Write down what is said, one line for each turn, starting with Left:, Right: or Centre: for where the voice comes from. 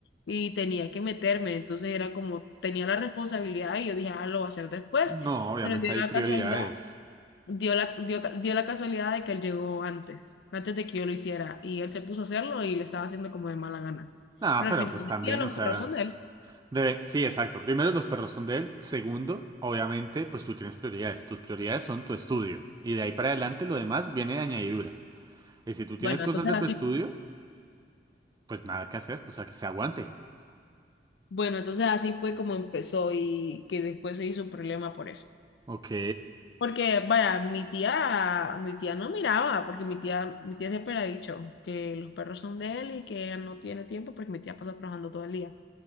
Left: y tenía que meterme. Entonces era como, tenía la responsabilidad y yo dije, ah, lo voy a hacer después,
Right: No, obviamente
Left: pero dio
Right: hay
Left: la
Right: prioridades.
Left: casualidad dio la, dio, dio la casualidad de que él llegó antes, antes de que yo lo hiciera, y él se puso a hacerlo y le estaba haciendo como de mala gana.
Right: Nada,
Left: Pero
Right: pero
Left: al final
Right: pues también,
Left: del día los
Right: o sea,
Left: perros son de él.
Right: debe, sí, exacto. Primero, los perros son de él. Segundo, obviamente, pues tú tienes prioridades. Tus prioridades son tu estudio. Y de ahí para adelante lo demás viene de añadidura. Y si tú tienes
Left: Bueno,
Right: cosas
Left: entonces
Right: de tu
Left: así,
Right: estudio, pues nada que hacer, o sea, que se aguante.
Left: bueno, entonces así fue como empezó y que después se hizo un problema por eso.
Right: Ok,
Left: Porque, vaya, mi tía, mi tía no miraba, porque mi tía, mi tía siempre le ha dicho que los perros son de él y que ella no tiene tiempo porque mi tía pasa trabajando todo el día.